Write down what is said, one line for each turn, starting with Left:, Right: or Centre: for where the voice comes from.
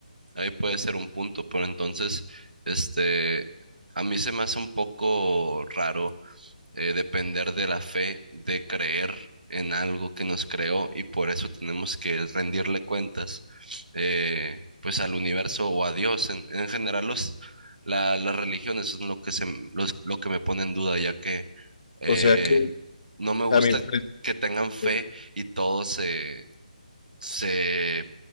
Right: ahí puede ser un punto, pero entonces, este, a mí se me hace un poco raro eh, depender de la fe, de creer en algo que nos creó y por eso tenemos que rendirle cuentas eh, pues al universo o a Dios. En, en general los, la- las religiones son lo que, se, los- lo que me pone en duda ya que eh,
Left: O sea que
Right: no me gusta
Left: a mí me parece
Right: que tengan fe
Left: que
Right: y todo se, se